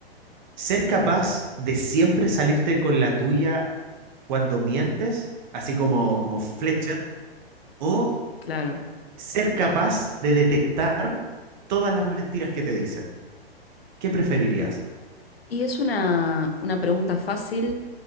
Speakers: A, on the right; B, on the left.
A: ¿Ser capaz de siempre salirte con la tuya cuando mientes, así como, como Fletcher? ¿O
B: claro.
A: ser capaz de detectar todas las mentiras que te dicen. ¿Qué preferirías?
B: Y es una, una pregunta fácil.